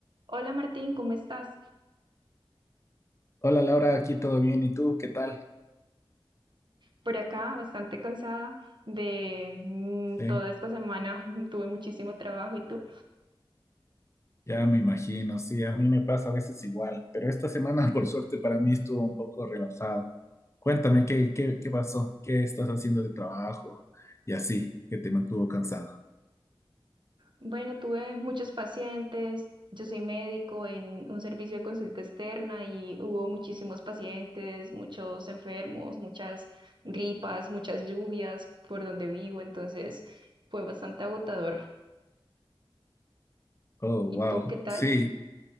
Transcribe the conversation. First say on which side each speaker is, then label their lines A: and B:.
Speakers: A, on the right; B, on the left.
A: Hola Martín, ¿cómo estás?
B: Hola Laura, aquí todo bien, ¿y tú qué tal?
A: Por acá, bastante cansada de mm,
B: Sí,
A: toda esta semana, <laughs> tuve muchísimo trabajo. ¿Y tú?
B: ya me imagino, sí, a mí me pasa a veces igual, pero esta semana <laughs> por suerte para mí estuvo un poco relajado. Cuéntame, ¿qué, qué, qué pasó? ¿Qué estás haciendo de trabajo? Y así, que te mantuvo cansado.
A: Bueno, tuve muchos pacientes. Yo soy médico en un servicio de consulta externa y hubo muchísimos pacientes, muchos enfermos, muchas gripas, muchas lluvias por donde vivo, entonces fue bastante agotador.
B: Oh,
A: ¿Y
B: wow,
A: tú qué tal?
B: sí,